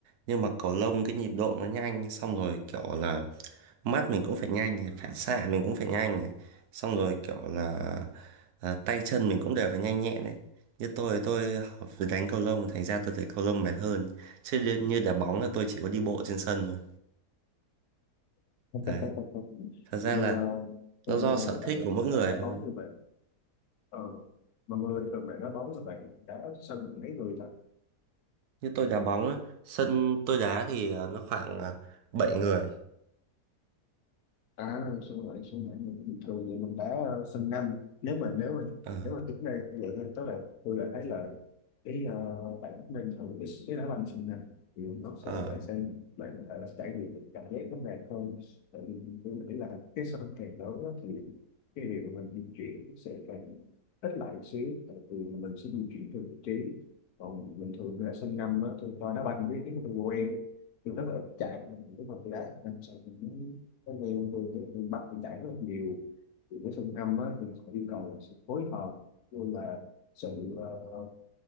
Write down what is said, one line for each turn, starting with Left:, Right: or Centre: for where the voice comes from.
Right: nhưng mà cầu lông cái nhịp độ nó nhanh xong rồi kiểu là mắt mình cũng phải nhanh này, phản xạ mình cũng phải nhanh này. xong rồi kiểu là à, tay chân mình cũng đều phải nhanh nhẹn đấy như tôi tôi học với đánh cầu lông thành ra tôi thấy cầu lông mệt hơn chứ như, như đá bóng là tôi chỉ có đi bộ trên sân thôi
Left: <laughs>
Right: đấy thật
Left: nhưng
Right: ra là
Left: mà tôi
Right: nó
Left: bình
Right: do
Left: thường
Right: sở
Left: thì bạn
Right: thích của mỗi người
Left: bạn đá bóng
Right: thôi
Left: như vậy ờ mà người bình thường bạn đá bóng là bạn đá sân mấy người ta
Right: như tôi đá bóng á, sân tôi đá thì à, nó khoảng à, 7 người
Left: à xuân lại xuân lại mình cũng bình thường vậy mình đá sân nhanh nếu mà nếu mà
Right: Ờ.
Left: nếu mà tính đây vậy thôi tức là tôi là thấy là cái uh, bạn mình thử cái, cái đá banh sân nhanh thì nó
Right: Ờ,
Left: sẽ bạn sẽ bạn có thể là trải nghiệm được cảm giác nó mệt hơn tại vì tôi nghĩ là cái sân càng lớn đó, thì cái điều mà mình di chuyển sẽ càng ít lại một xíu tại vì mình sẽ di chuyển theo vị trí còn mình bình thường ra sân năm á tôi coi đá banh biết tôi quen tôi rất là ít chạy nên lúc mà tôi đá sân năm sân cái này từ cái miền Bắc thì đảng rất nhiều thì cái phương năm á, thì họ yêu cầu là sự phối hợp luôn là sự ờ,